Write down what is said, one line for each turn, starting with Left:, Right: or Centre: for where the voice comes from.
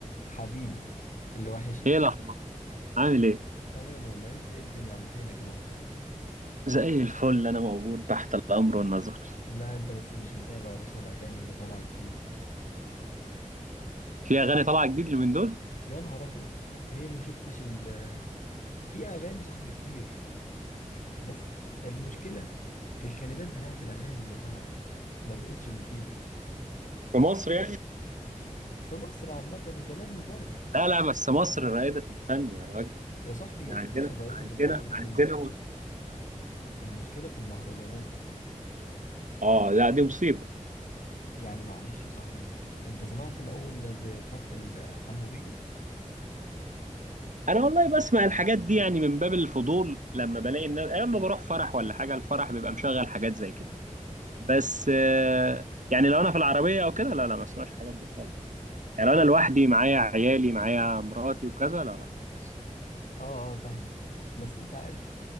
Left: حبيبي اللي وحشني
Right: ايه الاخبار عامل ايه
Left: تمام والله انت ايه الدنيا يا عم فينا كده مختفي
Right: زي الفل انا موجود تحت الامر والنظر
Left: لا انت بس مش متابع يا باشا الاغاني اللي طالعه جديد دي
Right: في اغاني طالعه جديد اليومين دول
Left: يا نهار ابيض ايه ما شفتش ال في اغاني صاحبي كتير بس المشكله في الكلمات بتاعت الاغاني اللي طالعه ما بقتش مفيده
Right: في مصر يعني
Left: في مصر عامه وكمان بره
Right: لا لا بس مصر رائدة الفن يا راجل
Left: يا صاحبي
Right: احنا عندنا
Left: مصر رائدة
Right: عندنا
Left: الفن بس
Right: عندنا
Left: المشكله
Right: مت...
Left: المشكله في المهرجانات
Right: اه لا دي مصيبه
Left: يعني معلش يا صاحبي انت سمعت الاول بخاف ال- حمو بيكا
Right: انا والله بسمع الحاجات دي يعني من باب الفضول لما بلاقي الناس اما بروح فرح ولا حاجه الفرح بيبقى مشغل حاجات زي كده بس آه، يعني لو انا في العربيه او كده لا لا ما بسمعش الحاجات دي خالص يعني لو انا لوحدي معايا عيالي معايا مراتي وكذا لا لا خالص
Left: اه اه فاهمك بس انت عارف